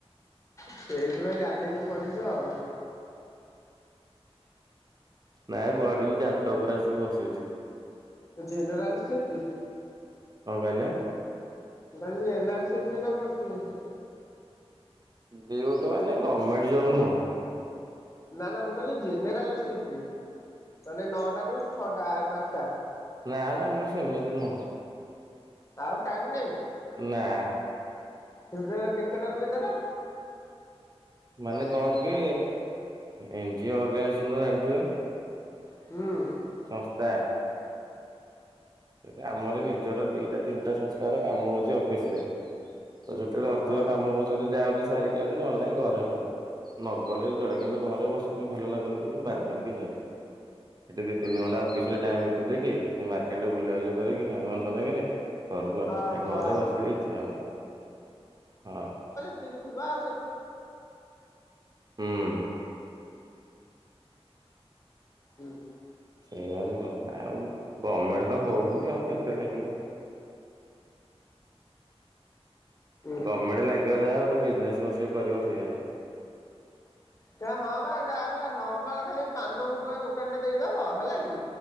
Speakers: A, on the left (about 30°); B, on the right (about 40°).
A: ସେଇଥିପାଇଁ ଗାଲିକି ପଡିଚୁ ଆଉ।
B: ନାଇଁ ପଡିନି ଛାତ ଉପରେ ଆସିକି ବସଚି।
A: ଜେନେରାଲ ସିପଟ୍।
B: କଣ କହିଲେ?
A: ମୁଁ କହିଲି ଜେନେରାଲ ସିପଟ୍ ଏଇନା ପଡ଼ିଛି।
B: ଡିଉଟି ମାନେ ଗଭର୍ଣ୍ଣମେଣ୍ଟ ଜବ୍ ନୁହଁ।
A: ନା ନା ମୁଁ କହିଲି ଜେନେରାଲ ସିଫ୍ଟ ମାନେ ନଅଟା ରୁ ଛଅଟା ପାଞ୍ଚଟା।
B: ନା ନା ମୋର ସେମିତି ନୁହଁ।
A: ଆଉ ଟାଇମ୍ ନାଇଁ
B: ନା
A: କେଦର କେତେଟାରୁ କେତେଟା।
B: ମାନେ କଣ କି ଏନଜିଓ ଅର୍ଗାନାଇଜେସନ ତ ଜାଣିଥିବେ।
A: ହୁଁ।
B: ସଂସ୍ଥା। ସେଟା ଆମର ନିଜର ଦିଟା ତିନିଟା ସଂସ୍ଥାର କାମ ହଉଛି ଅଫିସ ରେ। ତ ଯେତେବେଳେ ଅଧିକ
A: ହଁ
B: କାମ ହଉଛି ଯଦି ଯାଉଛି ସାରିକି ଆଉଚି ନହେଲେ ନାଇଁ ଘରେ ସବୁ। ନଗଲେ ବି ଚଳେ କିନ୍ତୁ ଘରେ ବସଛି ଭଲ ଲାଗୁନି ବୋଲି ମୁଁ ବାଧ୍ୟ ହେଇକି ଯାଉଛି। ସେଠି ଦି ତିନି ଘଣ୍ଟା ଅଫିସ ରେ ଟାଇମ୍ ବିତେଇ ଦେଇକି ମାର୍କେଟରେ ବୁଲାବୁଲି କରିକି ସାଙ୍ଗମାନ ସାଙ୍ଗରେ ଘରକୁ ଆଉଛି
A: ଅହ
B: ଆ ଘରେ ବସିଲେ ଇଚ୍ଛା ହଉନି ହଁ।
A: ସେତିକି ଥିବ ଆଉ ସେତିକି
B: ହୁଁ।
A: ହୁଁ ହୁଁ।
B: ସେଇଆ ବି କଥା ଆଉ ଗଭର୍ଣମେଣ୍ଟ ତ ହଉନି ଆଉ କେତେ ଲାଗିବ।
A: ହୁଁ
B: ଗଭର୍ଣ୍ଣମେଣ୍ଟ ଲାଗିବ ଯାହା ଗୋଟେ ବିଜନେସ୍ ବସିକି କରିବ ସେଇଆା।
A: ସେୟା ହଁ ବା ଏଇଟା ଆଉ ସେ ନର୍ମାଲ ଖାଲି ପାନ ଗୁଟୁକା ଦୋକାନ ଟେ ଦେଇଦବ ହେଲା କି।